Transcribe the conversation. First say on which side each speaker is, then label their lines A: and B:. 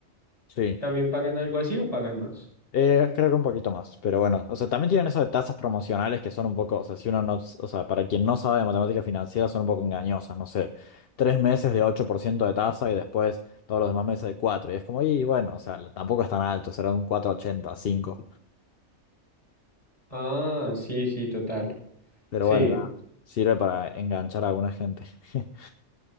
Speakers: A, on the left (about 55°); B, on the left (about 25°).
A: Sí.
B: ¿También pagan algo así o pagan más?
A: Eh, creo que un poquito más, pero bueno, o sea, también tienen eso de tasas promocionales que son un poco, o sea, si uno no, o sea, para quien no sabe de matemática financiera son un poco engañosas, no sé, tres meses de 8% de tasa y después todos los demás meses de 4 y es como, y bueno, o sea, tampoco es tan alto, será un cuatro coma ochenta cinco,
B: Ah, sí, sí, total.
A: pero
B: Sí.
A: bueno, nada, sirve para enganchar a alguna gente. <laughs>